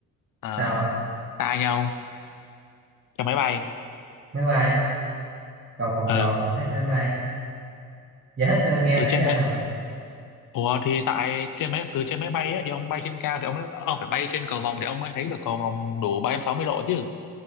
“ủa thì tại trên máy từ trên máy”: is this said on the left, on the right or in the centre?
Left